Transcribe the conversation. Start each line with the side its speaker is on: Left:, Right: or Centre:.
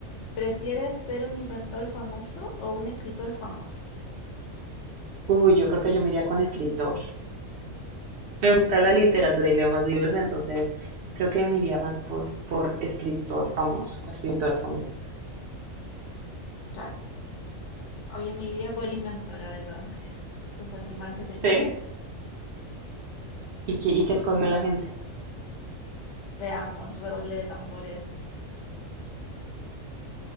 Left: ¿prefieres ser un inventor famoso o un escritor famoso?
Right: Uy, yo creo que yo me iría con escritor. Me gusta la literatura y leo más libros, entonces creo que me iría más por, por escritor famoso o escritora famosa.
Left: Claro, hoy me iría por inventora de todas maneras. Lo encuentro más entretenido.
Right: ¿Sí? ¿Y qué, y qué escogió la gente?
Left: Veamos, redoble de tambores.